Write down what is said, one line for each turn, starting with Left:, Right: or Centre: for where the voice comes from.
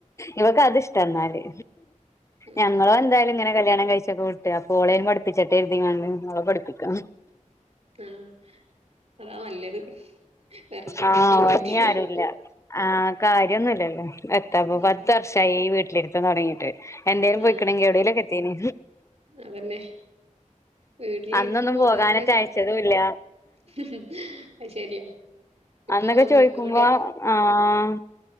Left: ഇവക്ക് അതിഷ്ടന്നാല്.
Right: ഉം
Left: ഞങ്ങളും എന്തായാലും ഇങ്ങനെ കല്യാണം കഴിച്ച് വിട്ട് അപ്പൊ ഓളേൻ പഠിപ്പിച്ചട്ടേര്തിങ്ങാണ്ട് ഓളെ പഠിപ്പിക്കാ
Right: ആഹ് അതാ നല്ലത്. വെറുതെ
Left: ആഹ്
Right: കെട്ടി പോയിട്ട്
Left: ഇഞ്ഞി ആരുല്ല. ആഹ് കാര്യന്നുല്ലല്ലോ എത്തപ്പോ
Right: ഉം
Left: പത്ത് വർഷായി ഈ വീട്ടിലിരുത്തം തൊടങ്ങീട്ട്. എന്തേലും
Right: ആ
Left: പോയിക്ക്ണെങ്കി എവിടേലൊക്കെ എത്തീനി
Right: അതന്നെ വീട്ടിലിരിക്കുമ്പോ
Left: അന്നൊന്നും പോകാനറ്റെ
Right: ആകെ ചടക്കും
Left: അയച്ചതുല്ല
Right: അത് ശരിയാ ഇപ്പൊ
Left: അന്നൊക്കെ
Right: തോന്നും
Left: ചോയ്ക്കുമ്പോ
Right: ഒന്നൂടി
Left: ആഹ്